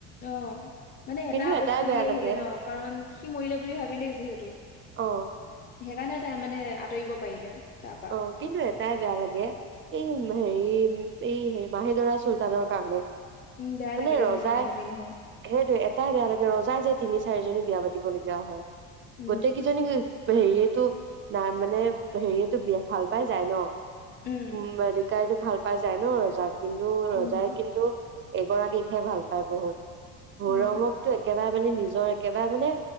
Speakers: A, on the left; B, on the right.
A: অঁ মানে এটা
B: কিন্তু এটাই
A: বস্তু
B: বেয়া
A: এই আহিলে
B: লাগে
A: ন' কাৰণ সি মৰিলে বুলি ভাবিলেই যিহেতু।
B: অঁ
A: সেকাৰণে তাই মানে আঁতৰিব পাইলে, তাৰপা
B: অ কিন্তু এটাই বেয়া লাগে, এই মে হেৰি এই হেই মাহিদৰা চুলতানৰ কাৰণে
A: উম বেয়া
B: মানে
A: লাগে দেই
B: ৰজাই
A: মোৰ যিমান যি নহওঁক।
B: সেইটোৱে এটাই বেয়া লাগে ৰজাই যে তিনি চাৰিজনী বিয়া পাতিব লগীয়া হয়।
A: উম
B: গোটেই কিজনী <unintelligible> হেইয়েটো নাই মানে হেইয়েটো বিয়া ভাল পাই যায় ন'?
A: উম
B: উ মলিকাইতো ভাল পাই যায় ন' ৰজাক, কিন্তু
A: উম
B: ৰজাই কিন্তু এগৰাকীকহে ভাল পায় বহুত। সৌৰামক
A: উম
B: টো একেবাই মানে নিজৰ একেবাই মানে